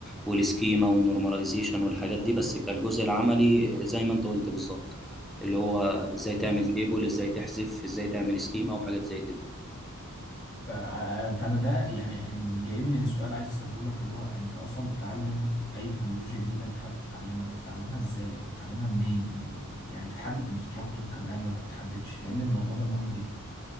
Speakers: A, in the centre; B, on the left.
A: والسكيما والنورماليزيشن والحاجات دي بس كالجزء العملي زي ما انت قلت بالظبط اللي هو ازاي تعمل تيبل ازاي تحذف ازاي تعمل سكيما وحاجات زي كده
B: ف- آه، فانا ده يعني جايبني لسؤال عايز اساله لك اللي هو انت اصلا بتتعلم اي تكنولوجيا جديده انت حابب تتعلمها بتتعلمها ازاي او بتتعلمها منين ويعني بتحدد انستراكتور كمان ولا بتحددش لان الموضوع ده مهم جدا